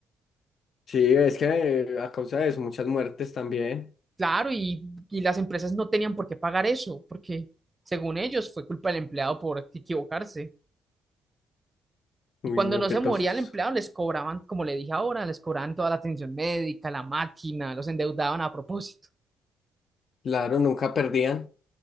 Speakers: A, on the left; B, on the right.
A: Sí, es que eh, a causa de eso, muchas muertes también.
B: Claro, y, y las empresas no tenían por qué pagar eso, porque según ellos fue culpa del empleado por equivocarse.
A: Uy,
B: Y cuando
A: no,
B: no
A: qué
B: se
A: tostos.
B: moría el empleado, les cobraban, como le dije ahora, les cobraban toda la atención médica, la máquina, los endeudaban a propósito.
A: Claro, nunca perdían.